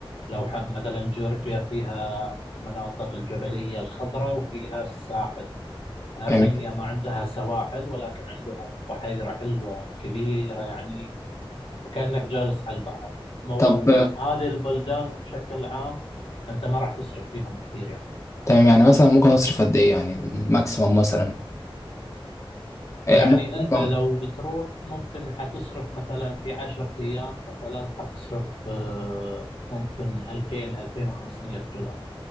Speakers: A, on the left; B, on the left.
A: لو ح- مثلا جورجيا فيها المناطق الجبليه الخضراء وفيها الساحل أرمينيا
B: جميل
A: ما عندها سواحل ولكن عندهم بحيرة حلوة كبيرة يعني وكأنك جالس على البحر مو-
B: طب
A: وهذه البلدان بشكل عام أنت ما راح تصرف فيهم كثير يعني
B: تمام يعني مثلا ممكن اصرف قد ايه يعني ماكسيمم مثلا إيه،
A: يعني
B: ماكسيمم
A: أنت لو بتروح ممكن حتصرف مثلا في عشرة أيام مثلا حتصرف آه، ممكن 2000 2500 دولار